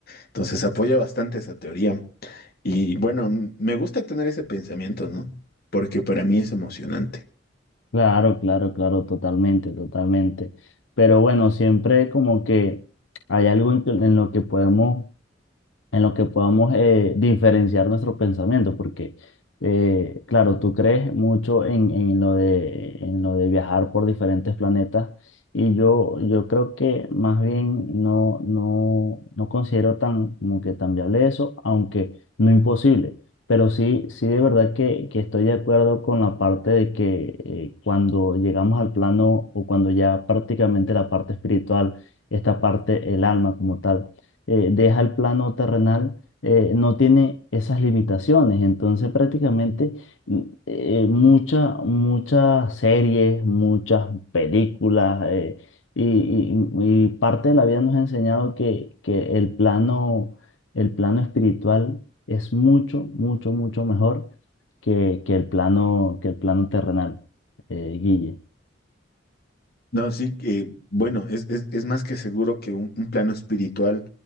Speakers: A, on the left (about 55°); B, on the left (about 80°).
A: Entonces apoya bastante esa teoría. Y bueno, m- me gusta tener ese pensamiento, ¿no? Porque para mí es emocionante.
B: Claro, claro, claro, totalmente, totalmente. Pero bueno, siempre como que hay algo en, que- en lo que podemos en lo que podamos eh, diferenciar nuestro pensamiento, porque, eh, claro, tú crees mucho en, en lo de, en lo de viajar por diferentes planetas y yo, yo creo que más bien no, no, no considero tan, como que tan viable eso, aunque no imposible. Pero sí, sí de verdad que, que estoy de acuerdo con la parte de que eh, cuando llegamos al plano o cuando ya prácticamente la parte espiritual, esta parte, el alma como tal, eh, deja el plano terrenal, eh, no tiene esas limitaciones. Entonces prácticamente mm, eh, mucha- muchas series, muchas películas eh, y, y- y parte de la vida nos ha enseñado que, que el plano, el plano espiritual es mucho, mucho, mucho mejor que, que el plano, que el plano terrenal, eh, Guille.
A: No, sí, eh, bueno, es, es- es más que seguro que un, un plano espiritual